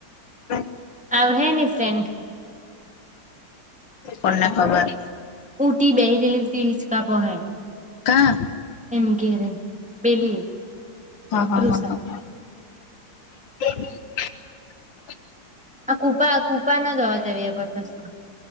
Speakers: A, on the left; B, in the centre.
A: <inaudible>
B: આવ હે એની ફ્રેન્ડ
A: <inaudible> કોને ખબર
B: ઉટી બેહી રહેલી હતી હિંચકા પાહે
A: કા
B: એન ગેરે પેલી
A: હા હા
B: તૃષા
A: હા હા હા <inaudible>
B: આ કૂપા કૂપાનો જ અવાજ આવ્યા કરતો સે.